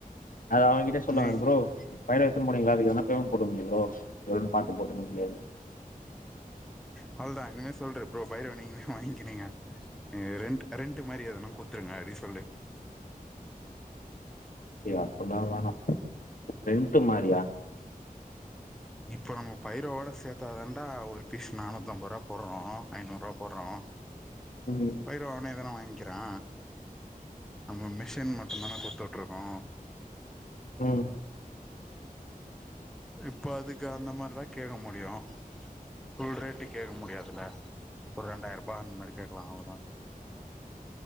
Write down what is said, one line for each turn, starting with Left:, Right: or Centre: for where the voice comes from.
Left: அது அவங்கிட்டயே சொல்லுங்க
Centre: நீ
Left: ப்ரோ பயறு எடுத்துனு போனிங்களா அதுக்கு எதனா பேமெண்ட் போட்டுவுடுங்க ப்ரோ ஓரளவு பாத்து போட்டுவுடுங்க ப்ரோ
Centre: அவளோதா இனிமே சொல்ரு ப்ரோ பயறு நீங்களே வாங்கினுங்க நீங்க ரென்ட் ரென்ட் மாரி எதனா குடுத்துருங்க அப்டினு சொல்லு
Left: எ அப்பிடிலா வேணா ரென்ட் மாரியா
Centre: இப்போ நம்ம பயிரோட சேத்தாதண்டா ஒரு பீஸ் நானூத்தம்பது ரூபா போட்றோ ஐநூறு ரூபா போட்றோ
Left: ம்
Centre: பயிர வாங்னா நீதான வாங்க்கிறா நம்ம மிஷின் மட்டுந்தான குடுத்துட்ருக்கோ
Left: ம்
Centre: இப்போ அதுக்கு அந்த மாரிதா கேக்க முடியு ஃபுல் ரேட்டு கேக்க முடியாதுல ஒரு ரெண்டாயிரரூபா அந்த மாரி கேக்கலா அவ்ளோதா